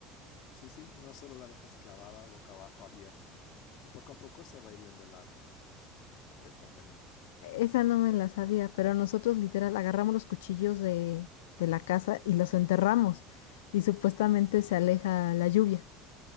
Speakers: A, on the left; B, on the left.
A: Sí, sí, no solo la dejas clavada boca abajo abierta y poco a poco se va hiriendo el agua o el contenido.
B: Esa no me la sabía, pero nosotros literal agarramos los cuchillos de, de la casa y los enterramos y supuestamente se aleja la lluvia.